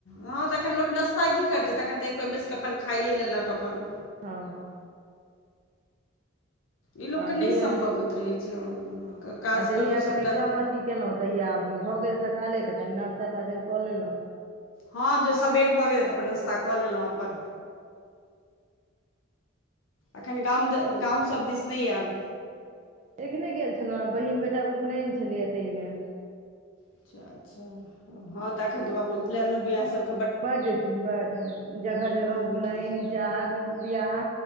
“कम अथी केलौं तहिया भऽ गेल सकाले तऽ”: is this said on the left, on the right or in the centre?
Right